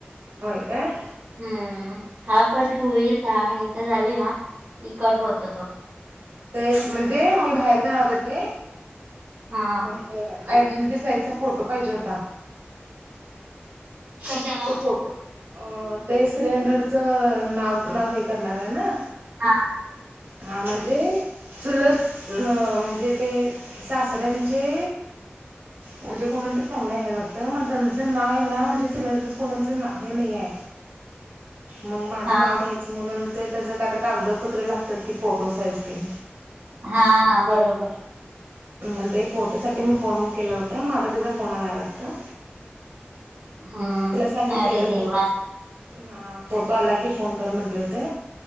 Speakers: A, on the right; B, on the right.
A: होय काय
B: हम्म हा कट होईल दहा मिनटं झाली ना की कट होतो तो.
A: तेच म्हणजे मी बाहेर जाणार होते.
B: हा
A: मंग आय डेन टिज त्यांचा फोटो पाहिजे होता.
B: कशाला
A: म ते फोटो अ ते सिलेंडरचं नाव नाव हे करणार ये ना.
B: हा
A: हा म्हणजे चुलत ल म्हणजे ते सासऱ्यांचे म्हणजे कोणातरी पाहुणे आहे वाटतं मग त्यांचं नाव येई ना म्हणजे तुलाज कोणाच नाव हे नाहीये मंग माझं
B: हा
A: नाव घ्याय ते म्हणून ते त्याचं काय तर कागदपत्र लागतात की फोटो साईज ते
B: हा हा बरोबर.
A: मला ते फोटोसाठी मी फोन केला होता म आता त्याचा फोन आलाय वाटतं.
B: हम्म
A: तिला सांगितलेलं
B: अरे देवा
A: फोटो घेऊन हा फोटो आला की फोन कर म्हंटले होते.